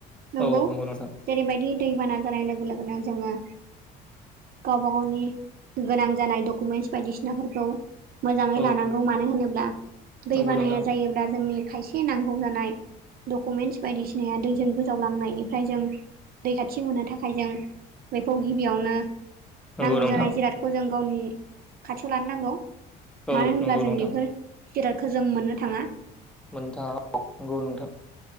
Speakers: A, on the right (about 50°); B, in the centre.
A: नंगौ
B: औ नोंथां
A: जेरैबायदि दैबाना जानाय लोगो लोगोनो जोंङो गावबा-गावनि गोनां जानाय डकुमेन्टस बायदिसिनाफोरखौ मोजांङै
B: औ
A: लानांगौ मानो होनोब्ला दै
B: नंगौ
A: बानाया
B: नोंथां
A: जायोब्ला जोंनि खायसे नांगौ जानाय डकुमेन्टस बायदिसिनाया दैजों गोजावलांनायनिफ्राय जों दै खाथि मोननो थाखाय जों बेखौ गिबियावनो
B: नंगौ
A: नांगौ
B: नोंथां
A: जानाय जिरादखौ जों गावनि खाथियाव लानो नांगौ।
B: औ
A: मानो होनब्ला
B: नंगौ
A: जों
B: नोंथां
A: बेफोर जिरादखौ जों मोननो थांङा।
B: मोनथांङा नंगौ नोंथां